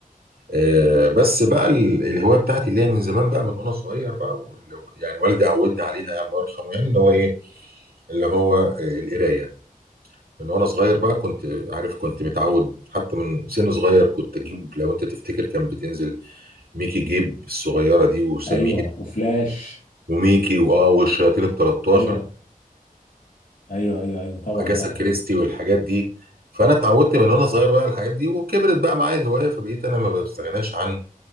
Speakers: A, on the right (about 85°); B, on the left (about 65°).
A: آه، بس بقى ال- الهوايه بتاعتي اللي هي من زمان بقى من وانا صغير بقى وال- يعني والدي عودني عليها يعني الله يرحمه يعني اللي هو ايه اللي هو آه، القرايه من وانا صغير بقى كنت عارف كنت متعود حتى من سن صغير كنت اجيب لو انت تفتكر كان بتنزل ميكي جيب الصغيره دي وسمير
B: ايوه وفلاش
A: وميكي واه والشياطين ال 13
B: ايوه ايوه ايوه ايوه طبعا
A: اجاسا
B: طبعا
A: كريستي والحاجات دي فانا اتعودت من وانا صغير بقى على الحاجات دي وكبرت بقى معايا الهوايه فبقيت انا ما بستغناش عن